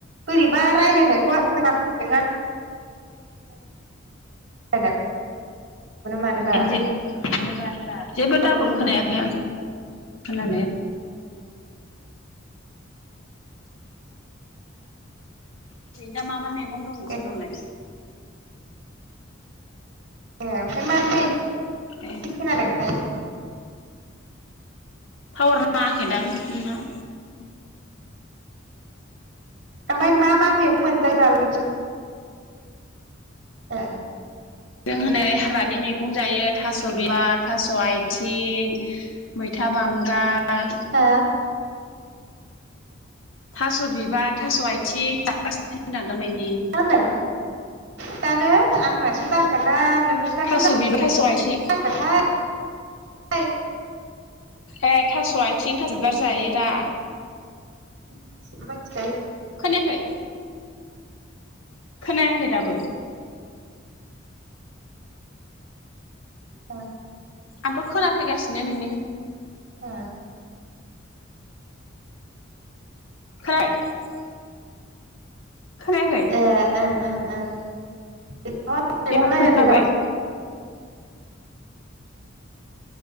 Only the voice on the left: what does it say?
<inaudible> जेबो
डाबल खोनायाखै आं <inaudible> <inaudible> <inaudible> ओरैनो दा मा मा मैगं दं बिसोरनावलाय?
ए
थावार नाङाखैदां नोंनाव।
जों हनै हाग्रानि मैगं जायो थास' बिबार थास' आथिं मैथा बांगाल
थास' बिबार थास' आथिं जागासिबो होनदां दामानि
थास'
बिबार थास' आथिं ए थास' आथिं थास बिबार जायो दा।
खोनायाखै? खोनायाखै दाबो?
आंथ' खोनफैगासिनो नोंनि
<inaudible> खोनायाखै
एबार
खोनाबाय